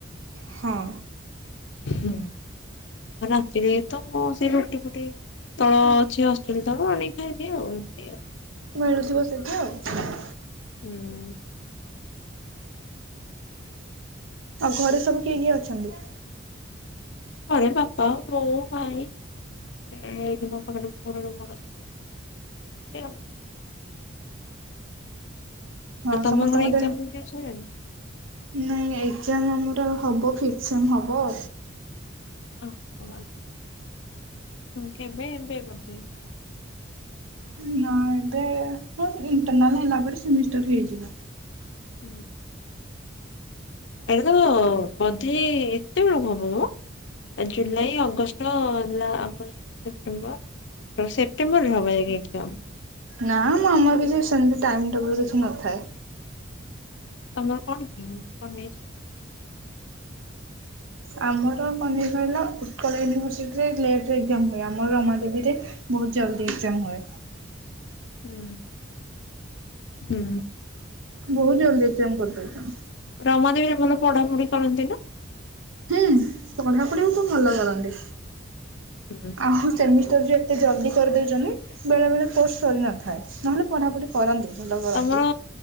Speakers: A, on the right; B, on the left.
A: ହଁ
B: ହୁଁ ଆଉ ରାତିରେ ତ ମୁ ସେଇ ରୁଟି ଫୁଟି ତଳ ଅଛି ହଷ୍ଟେଲ ତଳୁ ଆଣିକି ଖାଇଦିଏ ଆଉ ଏମିତି ଆଉ
A: ମିଳୁଥିବ ସେଠେ ଆଉ
B: ହୁଁ
A: ଆଉ ଘରେ ସବୁ କିଏ କିଏ ଅଛନ୍ତି?
B: ଘରେ ବାପା ବୋଉ ଭାଇ ଏଇଠି ମୋ ପାଖରେ ପୁଅ ରହିବ ନା ତି ଆଉ
A: ହଁ
B: ଆଉ ତମର
A: ସମସ୍ତଙ୍କ
B: କଣ ଏକ୍ସାମ
A: ଦେହ
B: ଫେଗଜାମ ସଇଲାଣି?
A: ନାଇଁ ଏକ୍ଜାମ ଆମର ହବ ଫିକ୍ସିଙ୍ଗ ହବ
B: ଓହୋ ଆଛା ହଁ କେବେ ଏବେ ବୋଧେ
A: ନା ଏବେ ହଁ ଇଣ୍ଟରନାଲ ହେଲା ପରେ ସେମିଷ୍ଟାର ହେଇଯିବ
B: ହୁଁ ଏଇନା ବୋଧେ ଏତେବେଳୁ କଣ ହବ ମ ଜୁଲାଇ ଅଗଷ୍ଟ ଲା ଅଗଷ୍ଟ ସେପ୍ଟେମ୍ବର ଓ ସେପ୍ଟେମ୍ବରରେ ହବ ଏକ୍ଜାମ
A: ନା ମ ଆମର କିଛି ସେମିତି ଟାଇମ ଟେବୁଲ କିଛି ନଥାଏ
B: ତମର କଣ କି କଣ ନେଇଛ
A: ଆମର ମାନେ କହିଲ ଉତ୍କଳ ୟୁନିଭରସିଟିରେ ଲେଟ୍ ରେ ଏକ୍ସାମ ହୁଏ ଆମର ରମାଦେବୀରେ ବହୁତ ଜଲଦି ଏକ୍ସାମ ହୁଏ।
B: ହୁଁ ହୁଁ
A: ବହୁତ ଜଲଦି ଏକ୍ସାମ କରିଦେଉଛ
B: ରମାଦବୀରେ ଭଲ ପଢାପଢି କରନ୍ତି ନା
A: ହୁଁ ପଢ଼ା ପାଢ଼ୀ ତ ଭଲ କରନ୍ତି।
B: ହୁଁ
A: ଆମ ସେମିଷ୍ଟାର ଯୋଉ ଏତେ ଜଲଦି କରିଦେଉଛନ୍ତି ବେଳେବେଳେ କୋର୍ସ ସରିନଥାଏ ନହେଲେ ପଢ଼ାପଢ଼ି କରନ୍ତି ଭଲ କରନ୍ତି।
B: ତମର